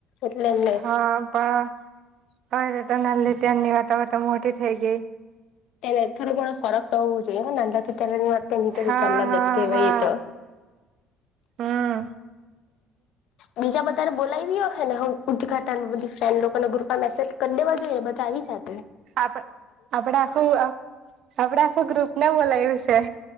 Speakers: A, on the left (about 70°); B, on the right (about 60°).
A: એટલે એમને
B: હા પણ કાય નત તે નાની ત્યાંની વાત હવે તો મોટી થઈ ગય.
A: ત્યારે થોડું ઘણો ફરક તો હોવું જોઈએ નાના હતા ત્યારેની વાત તેની તર
B: હા
A: એક અલગ
B: હા
A: જ કેહેવાય
B: હા
A: એ તો.
B: હમ
A: બીજા બધારે <unintelligible> હ ને હ ઉદઘાટન બધી ફ્રેન્ડ લોક અને ગ્રપમાં મેસેજ કરી દેવા જોઈએ બધા આવી જ જાત.
B: આપડે આખું આપડે આખું ગ્રુપને બોલાયું છે.